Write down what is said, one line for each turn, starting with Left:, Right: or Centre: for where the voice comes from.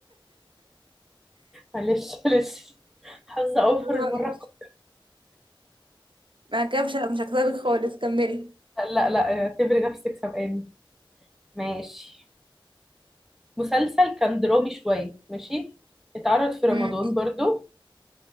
Centre: معلش معلش حظ اوفر
Right: برافو
Centre: المرة
Right: عليكي
Centre: القادمة
Right: ما كده مش مش هكسبك خالص كملي
Centre: لا لا آه، اعتبري نفسك سبقاني ماشي مسلسل كان درامي شوية ماشي اتعرض في رمضان
Right: امم
Centre: برضو